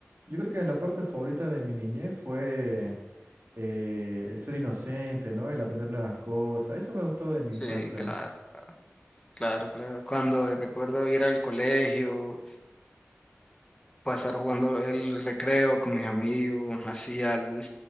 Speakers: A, on the right (about 55°); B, on the left (about 20°).
A: yo creo que la parte favorita de mi niñez fue eh, el ser inocente, ¿no? El aprender nuevas cosas. Eso me gustó de mi
B: Sí,
A: infancia.
B: claro. Claro, claro. Cuando recuerdo ir al colegio, pasar jugando el recreo con mis amigos, así al,